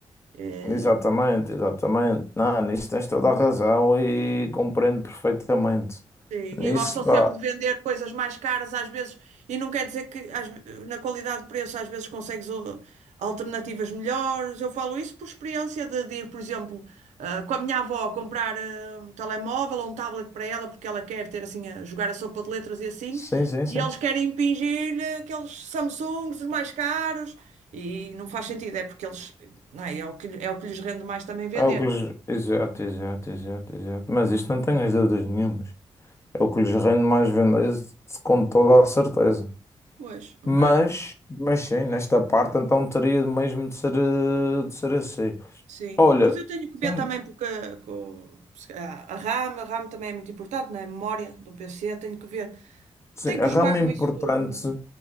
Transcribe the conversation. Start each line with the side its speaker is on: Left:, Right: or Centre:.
Right: Eh,
Left: Exatamente, exatamente. Não, nisso tens toda a razão e compreendo perfeitamente.
Right: Sim,
Left: Nisso,
Right: e gostam sempre
Left: pá.
Right: de vender coisas mais caras às vezes, e não quer dizer que às ve- na qualidade de preço às vezes consegues o- alternativas melhores. Eu falo isso por experiência de, de ir, por exemplo, ah, com a minha avó comprar ah, um telemóvel ou um tablet para ela, porque ela quer ter assim, a jogar a sopa de letras e assim,
Left: Sim, sim, sim.
Right: e eles querem impingir-lhe aqueles Samsungs os mais caros, e não faz sentido, é porque eles, não é, é o que, lhe- é o que lhes rende mais também vender.
Left: É o que lhes... Exato, exato, exato, exato. Mas isto não tenho as dúvidas nenhumas. É o que lhes rende mais vendas com toda a certeza.
Right: Pois, mas
Left: Mas, mas sim, nesta parte então teria mesmo de ser, eh, de ser assim.
Right: Sim,
Left: Olha,
Right: mas eu tenho que ver
Left: hum,
Right: também porque com, se calhar, a RAM, a RAM também é muito importante, não é? A memória do PC, tenho que ver.
Left: sim,
Right: Tenho
Left: a
Right: que
Left: rama
Right: jogar com
Left: importante,
Right: isso tudo, não é?